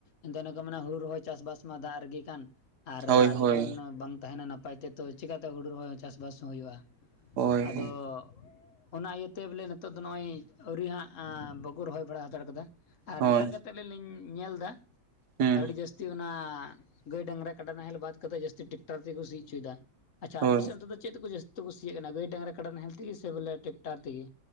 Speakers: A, on the left; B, on the right.
A: ᱮᱱᱛᱮ ᱠᱚ ᱢᱮᱱᱟ ᱦᱩᱲᱩ ᱨᱚᱦᱚᱭ ᱪᱟᱥᱼᱵᱟᱥ ᱢᱟ ᱫᱟᱜ ᱨᱮᱜᱤ ᱠᱟᱱ ᱟᱨ
B: ᱦᱳᱭ
A: ᱫᱟᱜ
B: ᱦᱳᱭ ᱦᱳᱭ
A: ᱡᱚᱠᱷᱚᱱ ᱵᱟᱝ ᱛᱟᱸᱦᱮᱱᱟ ᱱᱟᱯᱟᱭ ᱛᱮ ᱛᱚ ᱪᱮᱠᱟᱛᱮ ᱦᱩᱲᱩ ᱨᱚᱦᱚᱭ ᱦᱚᱸ ᱪᱟᱥᱵᱟᱥ ᱦᱩᱭᱩᱜᱼᱟ,
B: ᱦᱳᱭ
A: ᱟᱫᱚ
B: ᱦᱳᱭ
A: ᱚᱱᱟ ᱤᱭᱟᱹᱛᱮ ᱵᱚᱞᱮ ᱱᱤᱛᱚᱜ ᱫᱚ ᱱᱚᱜᱼᱚᱭ ᱟᱹᱣᱨᱤ ᱦᱟᱸᱜ ᱵᱟᱠᱚ ᱨᱚᱦᱚᱭ ᱵᱟᱲᱟ ᱦᱟᱛᱟᱲ ᱠᱟᱫᱟ, ᱟᱨ
B: ᱦᱳᱭ
A: ᱱᱮᱛᱟᱨ ᱠᱟᱛᱮᱜ ᱟᱹᱞᱤᱧ ᱧᱤᱞ ᱧᱮᱞ ᱫᱟ
B: ᱦᱮᱸ
A: ᱟᱹᱰᱤ ᱡᱟᱹᱥᱛᱤ ᱡᱟᱹᱥᱛᱤ ᱚᱱᱟ ᱜᱟᱹᱭ ᱰᱟᱝᱨᱟ ᱠᱟᱰᱟ ᱱᱟᱦᱮᱞ ᱵᱟᱫ ᱠᱟᱛᱮ ᱡᱟᱹᱥᱛᱤ ᱴᱨᱟᱠᱴᱟᱨ ᱛᱮᱠᱚ ᱥᱤ ᱚᱪᱚᱭ ᱫᱟ᱾ ᱟᱪᱪᱷᱟ
B: ᱦᱳᱭ
A: ᱟᱯᱮᱥᱮᱫ ᱱᱤᱛ ᱛᱮᱫ ᱪᱮᱫᱠᱚ ᱡᱟᱹᱥᱛᱤ ᱠᱚ ᱥᱤᱭᱩᱜ ᱠᱟᱱᱟ ᱜᱟᱹᱭ ᱰᱟᱝᱨᱟ ᱠᱟᱰᱟ ᱱᱟᱦᱮᱞ ᱛᱮᱜᱤ ᱥᱮ ᱵᱚᱞᱮ ᱴᱮᱠᱴᱟᱨ ᱛᱮᱜᱤ?